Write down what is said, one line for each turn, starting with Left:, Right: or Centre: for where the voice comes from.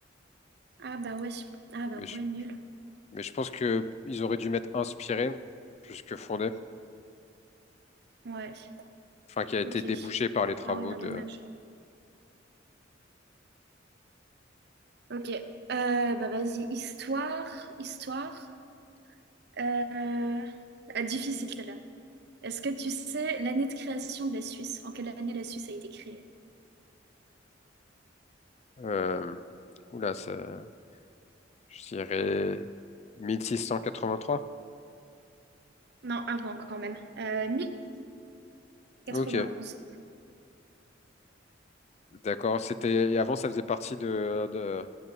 Right: Ah bah ouais, ah bah
Left: Mais je,
Right: ouais, nul.
Left: mais je pense que ils auraient dû mettre inspiré plus que fondé.
Right: Ouais,
Left: Enfin, qui a été
Right: ok.
Left: débouché par les travaux
Right: Ah ouais, non,
Left: de...
Right: dommage. Ok. Euh, bah vas-y, histoire, histoire. Euh, ah, difficile, celle-là. Est-ce que tu sais l'année de création de la Suisse? En quelle année la Suisse a été créée?
Left: Euh, oula, ça, je dirais 1683.
Right: Non, avant quand même. Euh,
Left: Ok.
Right: vingt onze.
Left: D'accord. C'était, et avant, ça faisait partie de, de,